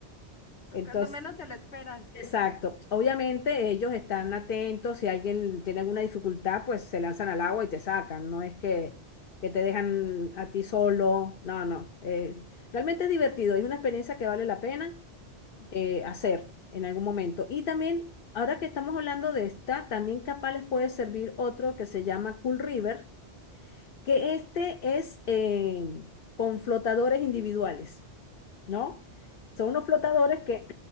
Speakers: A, on the left; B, on the left.
A: entonces
B: cuando menos te lo esperas.
A: Exacto. Obviamente ellos están atentos, si alguien tiene alguna dificultad, pues se lanzan al agua y te sacan, no es que, que te dejan a ti solo, no, no. eh, realmente es divertido, es una experiencia que vale la pena
B: Ujú.
A: eh, hacer en algún momento. Y también, ahora que estamos hablando de esta, también capaz les puede servir otro que se llama Cool River que este es eh, con flotadores individuales, ¿no? Son unos flotadores que